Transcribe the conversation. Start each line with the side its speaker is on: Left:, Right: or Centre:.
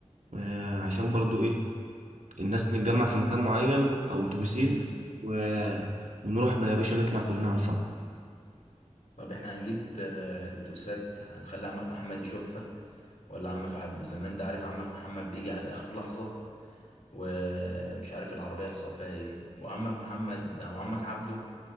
Right: آه، عشان برضو ايه الناس نتجمع في مكان معين او اتوبيسين
Left: امم
Right: و... ونروح بقى يا باشا نطلع كلنا على الفرح
Left: طب احنا هنجيب آه، الاتوبيسات هنخلي عمك محمد يشوفها ولا عمك عبده زي ما انت عارف عمك محمد بيجي على اخر لحظة ومش عارف العربية يحصل فيها ايه وعمك محمد او عمك عبده